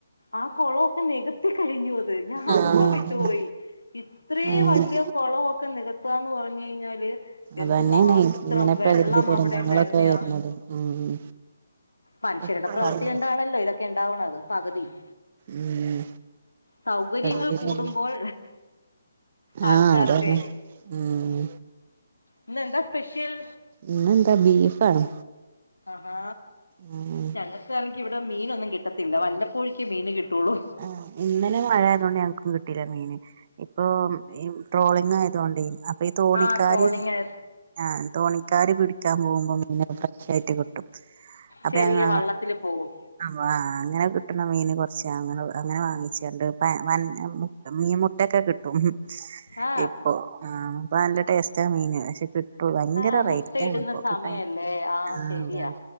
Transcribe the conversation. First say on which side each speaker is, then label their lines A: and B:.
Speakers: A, on the left; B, on the right.
A: ആ കൊളവൊക്കെ നികത്തി കഴിഞ്ഞു വ പിന്നെ ഞാൻ
B: ആഹ്
A: അന്തംവിട്ടുപോയി. ഇത്രേ
B: ഉം
A: വല്ല്യാ കൊളവൊക്കെ നികത്താന്ന് പറഞ്ഞു കഴിഞ്ഞാല്
B: അതന്നെയാണ്
A: എന്തുമാത്രം
B: ഇങ്ങനെ പ്രകൃതി
A: വെള്ളം
B: ദുരന്തങ്ങളൊക്കെ
A: അവിടെ ഉണ്ടായിരുന്നയാ
B: വരുന്നത് ഉം
A: മനുഷ്യരുടെ
B: ഒക്കെ
A: പ്രവൃത്തി
B: ആളുകൾ
A: കണ്ടാണല്ലേ ഇതൊക്കെ ഇണ്ടാവണത് പകുതിയും.
B: ഉം
A: സൗകര്യങ്ങള്
B: പ്രകൃതി
A: കൂടുമ്പോൾ
B: ദുരന്തം
A: ആൾക്കാർക്ക്
B: ആഹ് അതന്നെ ഉം
A: ഇന്ന് എന്താ സ്പെഷ്യൽ
B: ഇന്നെന്താ ബീഫ് ആണ്
A: ആ ഹാ
B: ഉം
A: ഞങ്ങൾക്കാണെങ്കി ഇവിടെ മീനൊന്നും കിട്ടത്തില്ല വല്ലപ്പോഴേക്ക് മീന് കിട്ടുള്ളൂ
B: ആ ഇന്നലെ മഴ ആയതോണ്ട് ഞങ്ങക്കും കിട്ടീല മീന് ഇപ്പൊ ഈ ട്രോളിങ്ങായതോണ്ടേ അപ്പൊ ഈ തോണിക്കാര്
A: ആ ട്രോളിങ്
B: ആ തോണിക്കാര് പിടിക്കാൻ പോകുമ്പോ മീനൊക്കെ ഫ്രഷ് ആയിട്ട് കിട്ടും അപ്പ
A: ചെറിയ
B: ഞങ്ങ
A: വള്ളത്തില് പോകും
B: വാ അങ്ങനെ കിട്ട്ണ മീന് കുറച്ച് അങ്ങനെ അങ്ങനെ വാങ്ങിച്ചാണ്ട് പാ പൻ മുട് മീ മുട്ടൊക്കെ കി ട്ടും
A: ആ
B: ഇപ്പൊ ആ പ്പ നല്ല ടേസ്റ്റാ മീന് പക്ഷെ കി ട്ടു ഭയങ്കര
A: ആ മുട്ടയിടുന്ന
B: റൈറ്റാണ്പ്പൊ
A: സമയല്ലേ
B: കിട്ടാൻ ആ
A: ശരിയാ
B: അതാണ്